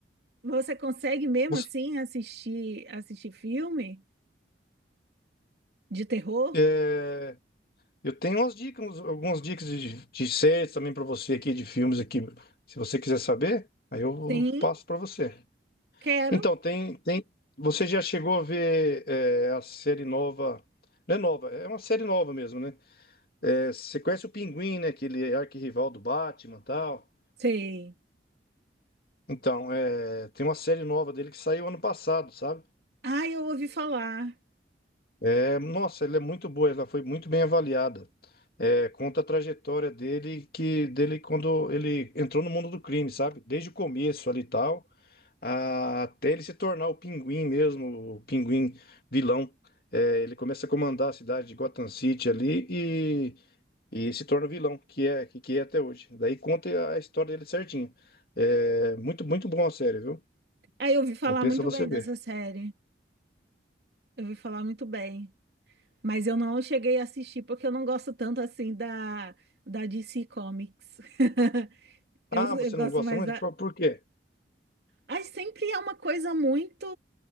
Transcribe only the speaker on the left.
você,
é, Eu tenho umas dicas, uns- algumas dicas de, de séries também para você aqui, de filmes aqui, se você quiser saber, aí eu
passo para você.
Então, tem, tem, você já chegou a ver é, a série nova, não é nova, é uma série nova mesmo, né? É, você conhece o Pinguim, né? Aquele arquirrival do Batman e tal.
Então, é, tem uma série nova dele que saiu ano passado, sabe?
É, nossa, ela é muito boa, ela foi muito bem avaliada. É, conta a trajetória dele que dele quando ele entrou no mundo do crime, sabe? Desde o começo ali e tal, a- até ele se tornar o Pinguim mesmo, o Pinguim vilão. É, ele começa a comandar a cidade de Gotham City ali e, e se torna vilão, que é que, que é até hoje. Daí conta a história dele certinho. É, muito muito bom a série, viu?
Compensa
você
ver.
Ah, você
não gosta
muito?
Por, por quê?